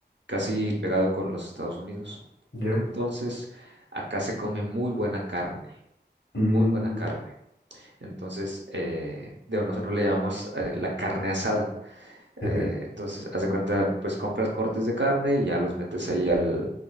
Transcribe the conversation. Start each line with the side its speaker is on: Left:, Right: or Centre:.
Right: casi pegado con los Estados Unidos.
Left: ya.
Right: Entonces, acá se come muy buena carne,
Left: Mm,
Right: muy buena carne. Entonces, eh, de nosotros le llamamos eh, la carne asada.
Left: <laughs>
Right: Eh, entonces, haz de cuenta, pues compras cortes de carne y ya los metes ahí al,